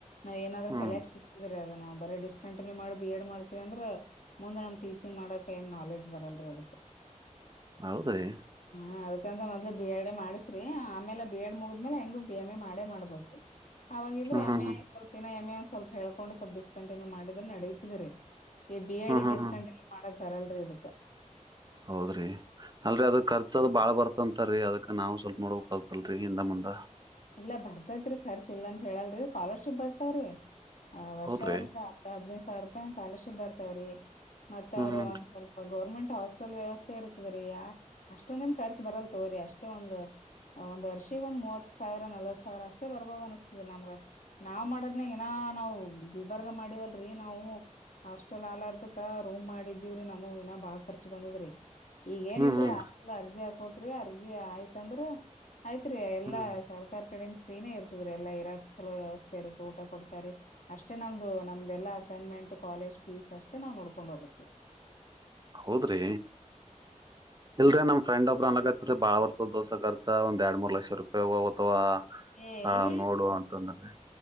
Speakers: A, on the left (about 75°); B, on the right (about 35°).
A: ನಾವ್ ಏನಾದ್ರ್
B: ಹ್ಮ್
A: ಕಲಿಯಾಕ್ ಸಿಕ್ತಿದ್ರರಿ ಅದ ನಾವು ಬರೀ ಡಿಸ್ ಕಂಟಿನ್ಯೂ ಮಾಡಿ ಬಿ ಎಡ್ ಮಾಡ್ತೀವಿ ಅಂದ್ರ ಮುಂದೆ ನಮ್ ಟೀಚಿಂಗ್ ಮಾಡಕ್ ಏನ್ ನಾಲೆಜ್ ಬರಲ್ರ ಹೌದ
B: ಹೌದ್ರಿ
A: ಹಾ ಅದಕ್ಕಂತ ಮ ಬಿ ಎಡ್ ಎ ಮಾಡಸ್ರಿ ಆಮೇಲೆ ಬಿ ಎಡ್ ಮುಗಿದ್ಮೇಲೆ ಹೆಂಗು ಬಿ ಎಂ ಎ ಮಾಡೇ ಮಾಡ್ಬಹು ಅವಾಗಿದ್ರೆ
B: ಹ್ಮ್
A: ಎಮ್
B: ಹ್ಮ್
A: ಎ
B: ಹ್ಮ್
A: ಸ್ವಲ್ಪ ಇನ್ನ ಎಮ ಎ ಸ್ವಲ್ಪ ಹೇಕೊಂಡು ಸ್ವಲ್ಪಡ್ಕಂಟಿನ್ಯೂ ಮಾಡಿದ್ರೆ ನಡೀತಿದ್ರರಿ ಈ ಬಿ ಎಡೆ
B: ಹ್ಮ್ ಹ್ಮ್
A: ಡಿಸ್ಕಂಟಿನ್ಯೂ
B: ಹ್ಮ್
A: ಮಾಡಕ್ ಬರಲ್ರರಿ ಇಕ್ಕ
B: ಹೌದ್ರಿ ಅಲ್ರಿ ಅದಕ್ ಖರ್ಚದು ಬಾಳ್ ಬರ್ತಂತರೀ ಅದಕ್ ನಾವು ಸ್ವಲ್ಪ ನೋಡೋಕ್ತಲ್ರರಿ ಹಿಂದ ಮುಂದ
A: ಇಲ್ಲ ಬರ್ತತ್ರಿ ಖರ್ಚ ಇಲ್ಲಂತ ಹೇಳಲ್ರರಿ ಸ್ಕಾಲರ್ಶಿಪ್ ಬರ್ತವ್ರಿ ಆ ವರ್ಷ
B: ಹೌದ್ರಿ
A: ವರ್ಷ ಹ ಹದಿನೈದು ಸಾವಿರ ರೂಪಾಯಿ ಸ್ಕಾಲರ್ಶಿಪ್ ಬರ್ತಾವ್ರಿ ಮತ್ತ
B: ಹ್ಮ್
A: ಅವ್ರ
B: ಹ್ಮ್
A: ಒಂದ ಸ್ವಲ್ಪ ಗೌರ್ಮೆಂಟ್ ಹಾಸ್ಟೆಲ್ ವ್ಯವಸ್ಥೆ ಇರ್ತದ್ರೀ ಅಷ್ಟೊಂದನ್ ಖರ್ಚು ಬರಲ್ ತೋರಿ ಅಷ್ಟೇ ಒಂದ ಒಂದ್ ವರ್ಷ ಒಂದ ಮೂವತ್ ಸಾವಿರ ನಲ್ವತ್ ಸಾವಿರ ಅಷ್ಟೇ ಬರ್ಬಹದ ಅನಿಸತದೆ ನಮ್ಗ ನಾವ್ ಮಾಡೋದ್ ಏನ ನಾವು ಗುಲ್ಬರ್ಗ ಮಾಡ <unintelligible> ಮಾಡವಲ್ರಿ ನಾವು ಹಾಸ್ಟೆಲ್ ಆಲಾರದಕ ರೂಮ್ ಮಾಡಿದ್ದೀವ್ರಿ ನಮ ಇನ ಬಾಳ ಖರ್ಚ ಬಂದದ್ರಿ ಈಗಏನ
B: ಹ್ಮ್
A: ಇಲ್ರರಿ
B: ಹ್ಮ್
A: ಹಾಸ್ಟೆಲ್ ಅರ್ಜಿ ಹಾಕ್ಬಕ್ರಿ ಅರ್ಜಿ ಆಯ್ತಂದ್ರ ಆಯ್ತ್ರಿ ಎಲ್ಲಾ
B: ಹ್ಮ್
A: ಸರ್ಕಾರ ಕಡೆ ಫ್ರೀನೇ ಇರ್ತದ ರರಿ ಎಲ್ಲಾ ಇರಾಕ್ಲೋ ವ್ಯವಸ್ಥೆ ಇರುತ್ತೆ ಊಟ ಕೊತಾರೆ ಅಷ್ಟೇ ನಮ್ದು ನಮ್ದೆಲ್ಲ ಎಲ್ಲ ಅಸೈನ್ಮೆಂಟ್ ಕಾಲೇಜ್ ಫೀಸ್ ಅಷ್ಟೇ ನಾವವು ನೋಡ್ಕೊಂಡ್ ಹೋಗಬೇಕು
B: ಹೌದ್ರಿ ಇಲ್ರರಿ ನಮ ಫ್ರೆಂಡ್ ಒಬ್ರ ನನ್ಗ <unintelligible> <unintelligible> ಬಾಳ ಬರ್ತದ ದೋಸ ಖರ್ಚ ಒಂದ ಎರಡ್ ಮೂರ್ ಲಕ್ಷ ರೂಪಾಯಿ ಅಥವಾ
A: ಏ ಎಲ್ಲಿ
B: ಹಾ ನೋಡುವ ಅಂತಂದ್ರರಿ